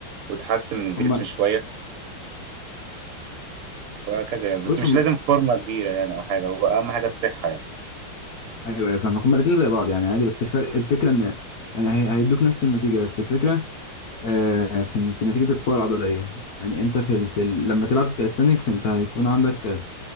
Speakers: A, on the right; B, on the left.
A: وتحسن من الجسم
B: هما
A: شوية وهكذا يعني بس
B: بص
A: مش
B: هما
A: لازم فورمة كبيرة يعني او حاجة هو اهم حاجة الصحة يعني
B: ايوه ايوه فاهمك هما الاتنين زي بعض يعني عادي بس الفرق الفكرة ان يعني هي- هيدوك نفس النتيجة بس الفكرة آه، في في نتيجة القوة العضلية يعني انت في ال... في ال... لما تلعب كاليستانيكس انت هيكون عندك